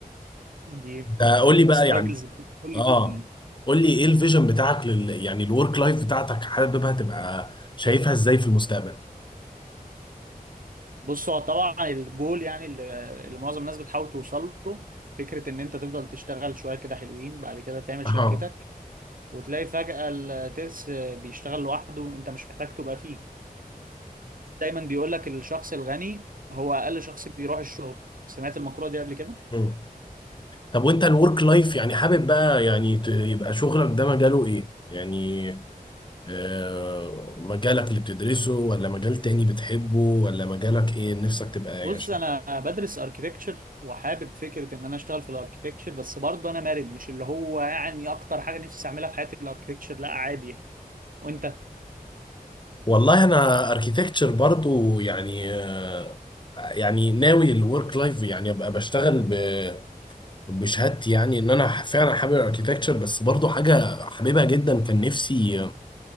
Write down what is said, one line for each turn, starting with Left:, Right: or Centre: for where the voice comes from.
Right: دي
Left: انت قول
Right: من الاستراجلز
Left: لي بقى يعني
Right: كل
Left: اه
Right: يوم يعني
Left: قول لي ايه الفيجن بتاعك لل يعني الورك لايف بتاعتك حاببها تبقى شايفها ازاي في المستقبل
Right: بص هو طبعا الجول يعني اللي اللي معظم الناس بتحاول توصل له فكره ان انت تفضل تشتغل شويه كده حلوين بعد كده تعمل
Left: اها
Right: شركتك وتلاقي فجاه الترس بيشتغل لوحده انت مش محتاج تبقى فيه دايما بيقول لك الشخص الغني هو اقل شخص بيروح الشغل سمعت المقوله دي قبل كده
Left: امم طب وانت الورك لايف يعني حابب بقى يعني ت- يبقى شغلك ده مجاله ايه؟ يعني آه، مجالك اللي بتدرسه ولا مجال تاني بتحبه ولا مجالك ايه نفسك تبقى
Right: بص
Left: ايه عشان
Right: انا بدرس اركيتكتشر وحابب فكره ان انا اشتغل في الاركيتكتشر بس برضه انا مرن مش اللي هو يعني اكتر حاجه نفسي اعملها في حياتي الاركيتكتشر لا عادي يعني وانت
Left: والله انا اركيتكتشر برضو يعني آه، يعني ناوي الورك لايف يعني ابقى بشتغل ب- بشهادتي يعني ان انا فعلا حابب الاركيتكتشر بس برضو حاجة حاببها جدا كان نفسي